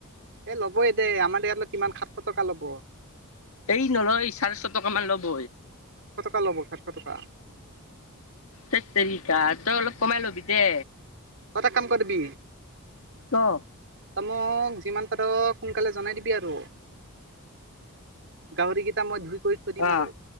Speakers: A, on the right; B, on the left.
A: এ ল'বই দে, আমাৰ ইয়ালৈ কিমান সাতশ টকা ল'ব।
B: সেই নলয়, চাৰেশ টকামান ল'ব।
A: সাতশ টকা ল'ব, সাতশ টকা।
B: হেত তেৰিকা, তই অলপ কমাই ল'বি দে।
A: তই এটা কাম কৰিবি।
B: অ
A: তই মোক যিমান পাৰ সোনকালে জনাই দিবি আৰু। গাহৰি কেইটা মই ধুই কৰি থৈ দিম
B: অ
A: আৰু,